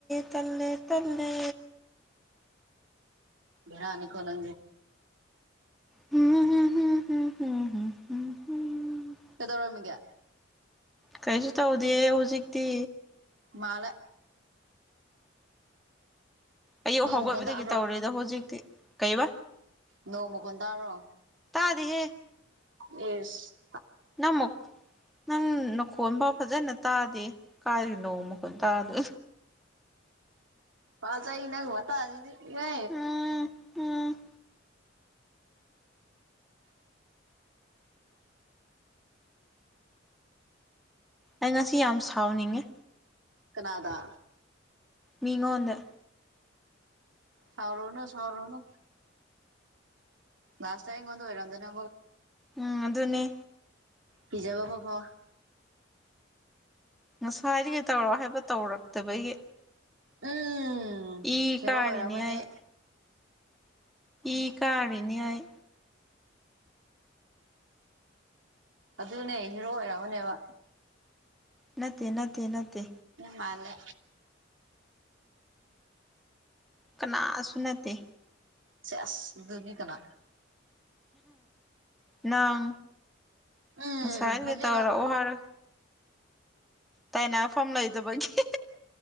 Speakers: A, in the centre; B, on the right.
A: ꯇꯜꯂꯦ ꯇꯜꯂꯦ
B: ꯕꯤꯔꯥꯅꯤ ꯈꯒꯦ
A: ꯍꯝ ꯍꯝ ꯍꯝ ꯍꯝ ꯍꯝ ꯍꯝ ꯍꯝ
B: ꯀꯗꯧꯔꯃꯤꯒ
A: ꯀꯩꯁꯨ ꯇꯧꯗꯦ ꯍꯧꯖꯤꯛꯇꯤ
B: ꯃꯥꯂ
A: ꯑꯌꯨꯛ
B: ꯅꯣꯡ
A: ꯍꯧꯒꯠꯄꯗꯒꯤ
B: ꯃꯈꯣꯟ ꯇꯥꯕ꯭ꯔꯣ
A: ꯇꯧꯔꯦ ꯑꯗꯣ ꯍꯧꯖꯤꯛꯇꯤ ꯀꯩꯕꯥ
B: ꯅꯣꯡꯃ ꯀꯟ ꯇꯥꯔꯣ
A: ꯇꯥꯗꯤꯍꯦ
B: ꯌꯦꯁ
A: ꯅꯪ ꯑꯃꯨꯛ ꯅꯪ ꯅꯈꯣꯟ ꯐ ꯐꯖꯅ ꯇꯥꯗꯦ ꯀꯥꯏꯔꯤꯅꯣ ꯑꯃꯨꯛ ꯈꯟ ꯇꯗ
B: ꯐꯜꯖ ꯏꯅ ꯋꯥꯠꯇ ꯍꯥꯏꯗꯤ ꯌꯥ
A: ꯎꯝ ꯎꯝ ꯑꯩ ꯉꯁꯤ ꯌꯥꯝ ꯁꯥꯎꯅꯤꯡꯉꯤ
B: ꯀꯅꯥꯗꯥ
A: ꯃꯤꯉꯣꯟꯗ
B: ꯁꯥꯎꯔꯣꯅ ꯁꯥꯎꯔꯣꯅ ꯅꯥꯁꯇꯥꯏꯣ ꯑꯣꯏꯔꯣ ꯑꯗꯨꯅ
A: ꯎꯝ ꯑꯗꯨꯅꯤ
B: ꯍꯤꯖꯕ ꯀꯣꯕꯣ
A: ꯉꯁ ꯍꯥꯏꯔꯤ ꯀꯩ ꯇꯧꯔꯣ ꯍꯥꯏꯕ ꯇꯧꯔꯛꯇꯕꯒꯤ
B: ꯎꯝ
A: ꯏ
B: ꯍꯦꯔꯣ
A: ꯀꯥꯔꯤꯅ‌ꯦ
B: ꯑꯣꯏꯔꯝꯃꯅꯤ
A: ꯑꯩ ꯏ ꯀꯥꯔꯤꯅꯤ ꯑꯩ
B: ꯑꯗꯨꯅꯦ ꯍꯤꯔꯣ ꯑꯣꯏꯔꯝꯒꯅꯦꯕ
A: ꯅꯠꯇꯦ ꯅꯠꯇꯦ ꯅꯠꯇꯦ
B: ꯃꯥꯜꯂꯦ
A: ꯀꯅꯥꯁꯨ ꯅꯠꯇꯦ
B: ꯁ‌ꯦꯁ ꯗꯨꯗꯤ ꯀꯅꯥ
A: ꯅꯪ
B: ꯎꯝ
A: ꯉꯁꯥꯏꯗꯒꯤ
B: ꯍꯥꯏꯖꯤꯜꯂꯣ
A: ꯇꯧꯔꯛꯑꯣ ꯍꯥꯏꯔ ꯇꯥꯏꯅꯐꯝ ꯂꯩꯗꯕꯒꯤ